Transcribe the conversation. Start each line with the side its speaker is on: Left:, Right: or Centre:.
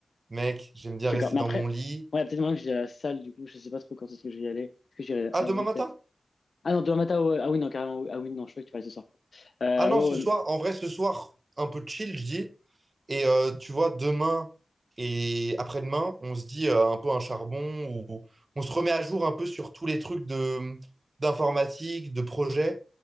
Right: Mec, j'aime bien
Left: Je suis
Right: rester
Left: d'accord. Mais
Right: dans
Left: après,
Right: mon lit.
Left: ouais, il y a peut-être maintenant que j'ai à la salle, du coup, je sais pas trop quand est-ce que je vais y aller. Est-ce que j'irai
Right: Ah,
Left: avant,
Right: demain matin?
Left: peut-être? Ah non, demain matin, ouais. Ah oui, non, carrément. oui. Ah oui, non, je crois que tu vas aller ce soir. Euh,
Right: Ah non, ce soir,
Left: ouais, ouais.
Right: en vrai, ce soir, un peu chill, je dis. Et euh, tu vois, demain et après-demain, on se dit euh, un peu un charbon ou on se remet à jour un peu sur tous les trucs de d'informatique, de projet.